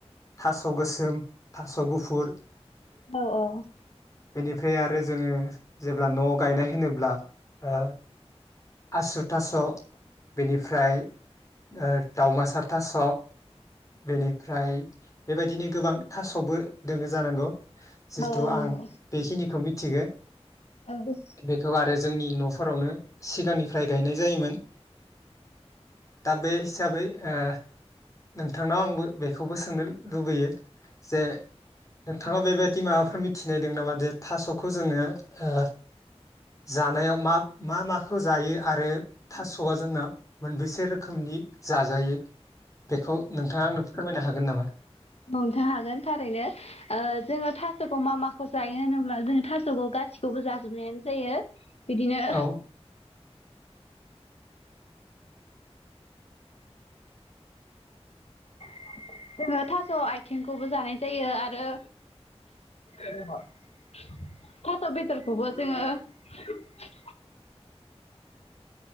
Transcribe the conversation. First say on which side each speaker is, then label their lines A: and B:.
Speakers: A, on the left; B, on the left.
A: थास' गोस सोम थास' गुफुर।
B: औ औ।
A: बेनिफाय आरो जोङो जेब्ला न गायनाय होनोब्ला ओ आसु थास' बेनिफ्राय ओ दाउमासार थास' बेनिफ्राय बेबायदिनो गोबां थास'बो दोङो जानांगौ। जिथु
B: औ
A: आं
B: नंगौ
A: बेखिनिखौ मिथ थिगो।
B: औ औ
A: बेखौ आरो जोंनि नफोरावनो सिगांनिफ्राय गायनाय जायोमोन। दा बे हिसाबै ओ नोंथांनाव आंबो बेखौबो सोंनो लुबैयो। जे ओं। नोंथाङा बेबायदि माबाफोर मिथिनाय दों नामा दे थास'खौ जोङो ओ जानायाव मा मा मा? फो जायो आरो थास'। सौआ जोंना मोनबेसे रोखोमनि जाजायो? बेखौ नोंथाङा आंनो फोरमायनो हागोन नामा?
B: नोंथ' हागोन। थारैनो ओ जोङो थास'खौ मा माखौ जायो होनोब्ला जोङो थास'खौ गासिखौबो जाजोबनायानो जायो। बिदिनो <inaudible>
A: औ
B: <inaudible> जोङो थास' आयथेंखौबो जानाय जायो आरो <inaudible> थास' बेदरखौबो जोङो <inaudible>